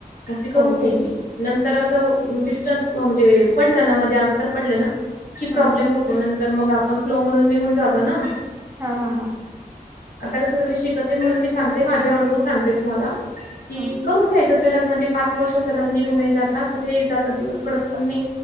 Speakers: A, on the left (about 70°); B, on the right (about 20°).
A: मग ती करून
B: हो
A: घ्यायची
B: हो
A: नं तर असं डिस्टन्स म्हणजे पडलं ना मध्ये अंतर पडलं ना की
B: हा
A: प्रॉब्लेम
B: हा
A: हो तो नंतर मग आपण फ्लो मधून निघून जातो ना.
B: हा हा हा.
A: आता कसं तुम्ही शिकते म्हणून मी सांगते माझे अनुभव सांगते तुम्हाला की
B: हा
A: करून घ्याय चा सलग म्हणजे पाच वर्ष सलग निघून ही जाता कुठे ही जातात दिवस कडत पण नाही.